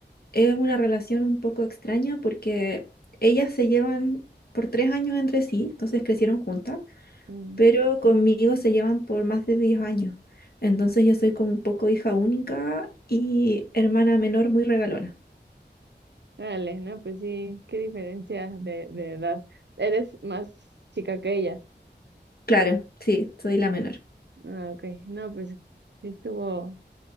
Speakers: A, on the left (about 55°); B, on the right (about 70°).
A: Es una relación un poco extraña porque ellas se llevan por tres años entre sí, entonces crecieron juntas,
B: Mm.
A: pero conmigo se llevan por más de diez años. Entonces yo soy como un poco hija única y hermana menor muy regalona.
B: Órale, no, pues sí, qué diferencia de, de edad. Eres más chica que ellas.
A: Claro, sí, soy la menor.
B: Ah, ok. No, pues sí estuvo.